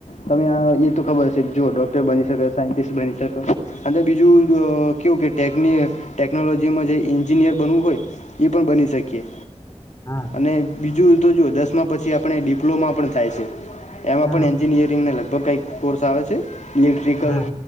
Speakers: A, on the left; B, on the left.
A: તમે આ એ તો ખબર હશે જોઓ ડોક્ટર બની શકો સાયન્ટિસ્ટ બની શકાયે. અને બીજું કેવું કેટેક ટેકનોલોજીમાં જે એન્જિનિયર બનવું હોય. ઈ પણ બની શકીએ.
B: હા.
A: અને બીજું તો જુઓ દસમાં પછી આપણે ડિપ્લોમા પણ થાય છે એમાં
B: હમ
A: પણ એન એન્જિનિયરિંગના લગભગ કંઈક કોર્સ આવે છે ઇલેક્ટ્રિકલ
B: હમ